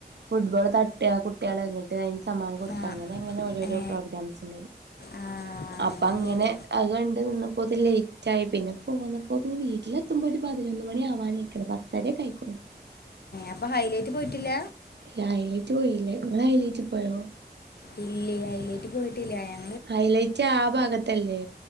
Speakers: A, on the right; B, on the left.
A: ഫുട്ബോൾ തട്ടുക കുട്ടികൾന്നിട്ട് അതിന് സമ്മാം കൊടുക്കുക
B: ആ
A: അങ്ങനെ അങ്ങനെ ഓരോരോ
B: ഏ
A: പ്രോഗ്രാംസ് ഉണ്ട
B: ആ
A: അപ്പൊ അങ്ങനെ
B: ശരി
A: അതുകണ്ട് നിന്നപ്പോത് ലേറ്റായി പിന്നെ പോന്നപ്പോത് വീട്ടിലെത്തുമ്പോ ഒരു പതിനൊന്ന് മണി ആവാനായി ഒരു പത്തരയൊക്കെയായികുണു
B: അപ്പം ഹൈലേറ്റ് പോയിട്ടില്ല
A: ഇല്ല ഹൈലേറ്റ് പോയില്ലേ നിങ്ങൾ ഹൈലേറ്റ് പോയോ
B: ഇല്ലേ ഹയ്ലേറ്റ് പോയിട്ടില്ല ഞാ
A: ഹയ്ലേറ്റ് ആ ഭാഗത്തല്ലേ